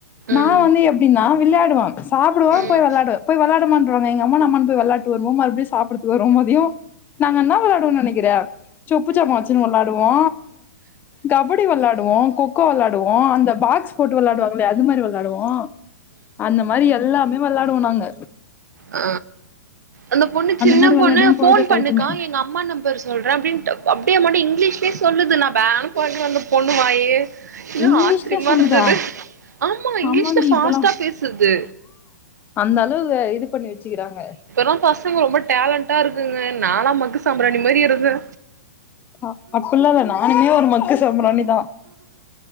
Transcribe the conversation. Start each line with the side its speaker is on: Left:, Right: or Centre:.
Left: நா
Right: ம்
Left: வந்து எப்டின்னா விள்யாடுவோ சாப்டுவ
Right: ம்
Left: போய் வெளாடுவ போய் வெளாடுடாமான்ருவாங்க எங்க அம்மானா அம்மான் போய் வெள் ளாட்டு வருவோ மறுப்டியு சாப்புறத்துக்கு வருவோ மதியோ நாங்க என்னா வெளாடுவோன் நெனக்கிற சொப்புச்சாமா வச்சுன்னு வெளாடுவோ கபடி வெளா டுவோ கொக்கோ வெளாடுவோ அந்த பாக்ஸ் போட்டு வெளாடுவாங்ளே அது மாரி வெளாடுவோ அந்த மாரி எல்லாமே வெளாடுவோ நாங்க
Right: ஆ அந்த பொண்ணு சின்ன
Left: மாரி
Right: பொண்ணு
Left: வெளாடிதா
Right: ஃபோன்
Left: பொழுத
Right: பண்ணுக்கா
Left: கழிச்சோமே
Right: எங்க அம்மா நம்பர் சொல்றே அப்டின்ட்டு அப்டியே மாட இங்லீஷ்லே சொல்லுது நா பேன்னு பாக்குறே அந்த பொண்ணு வாயே இன்னு
Left: இங்லிஷ்ல
Right: ஆச்சரியமா
Left: சொல்லுதா
Right: இருந்தது ஆமா இங்கிலீஷ்ல
Left: ஆமான்டி
Right: ஃபாஸ்ட்டா
Left: இப்பல்லா
Right: பேசுது
Left: அந்த அளவு இது பண்ணி வெச்சுக்கிறாங்க
Right: ப்பலா பசங்க ரொம்ப டேலண்ட்டா இருக்குங்க நாலா மக்கு சாம்பிராணி மாரி இருந்தே
Left: அ அப்புல்லா இல்ல நானுமே ஒரு மக் கு சாம்ராணி தா